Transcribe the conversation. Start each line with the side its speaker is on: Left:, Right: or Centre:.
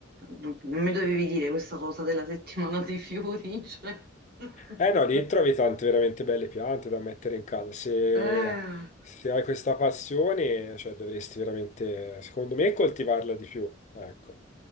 Right: non non mi dovevi dire questa cosa della settimana dei fiori, cioè. <laughs>
Left: Eh no, lì trovi tante veramente belle piante da mettere in casa. Se,
Right: Eh.
Left: se hai questa passione, cioè, dovresti veramente, secondo me, coltivarla di più. Ecco.